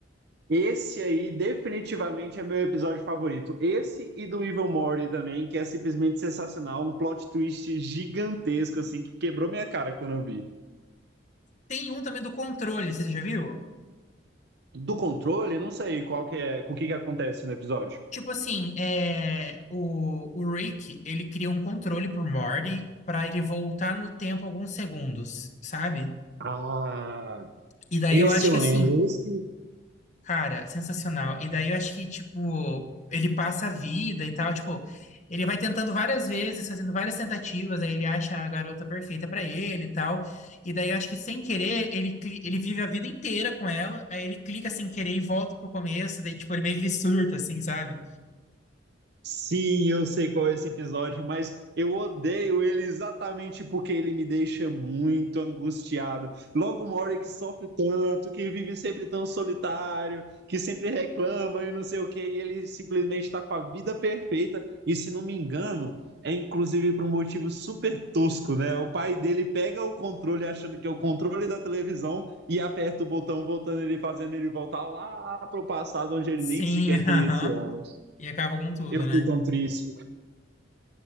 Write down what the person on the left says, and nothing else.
Tem um também do controle, você já viu?
Tipo assim, é, o, o Rick, ele cria um controle pro Morty pra ele voltar no tempo alguns segundos, sabe?
E daí
eu acho
que assim,
cara, sensacional. E daí eu acho que, tipo, ele passa a vida e tal, tipo, ele vai tentando várias vezes, fazendo várias tentativas, aí ele acha a garota perfeita pra ele e tal. E daí eu acho que sem querer, ele, cli- ele vive a vida inteira com ela, aí ele clica sem querer e volta pro começo, daí, tipo, ele meio que surta, assim, sabe?
Sim,
<laughs>
aham.
E acaba com tudo,
né?